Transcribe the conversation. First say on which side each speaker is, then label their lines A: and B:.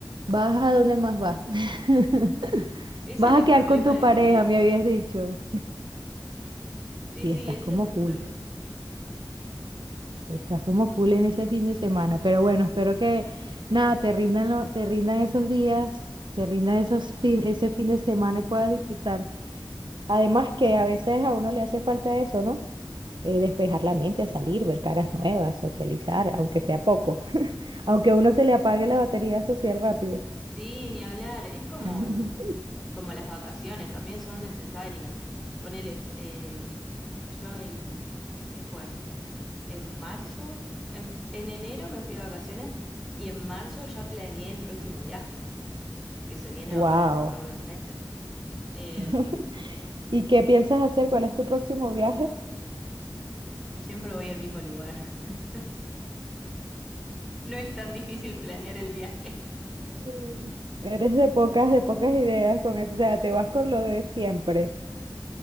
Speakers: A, on the right; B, in the centre.
A: vas a donde más vas. <laughs>
B: Ese
A: Vas
B: es el
A: a quedar
B: problema
A: con tu
B: de
A: pareja,
B: mi vida.
A: me habías dicho.
B: Sí,
A: Y
B: sí,
A: estás
B: ese
A: como
B: es el
A: full,
B: problema.
A: estás como full en ese fin de semana. Pero bueno, espero que nada, te rindan, lo- te rindan esos días, te rindan esos fin, ese fin de semana y puedas disfrutar. Además que a veces a uno le hace falta eso, ¿no? Eh, despejar la mente, salir, ver caras nuevas, socializar, aunque sea poco, <laughs> aunque a uno se le apague la batería social rápido.
B: Sí, ni hablar. Es como,
A: <laughs>
B: como las vacaciones, también son necesarias. Ponele, eh, yo en, ¿qué fue? En marzo, en, en enero me fui de vacaciones y en marzo ya planeé el próximo viaje, que se viene
A: Wow.
B: ahora dentro de unos meses. Eh,
A: <laughs> ¿Y qué piensas hacer? ¿Cuál es tu próximo viaje?
B: siempre voy al mismo lugar. <laughs> No es tan difícil planear el viaje. <laughs>
A: Mm. Eres de pocas, de pocas ideas con eso, o sea, te vas con lo de siempre.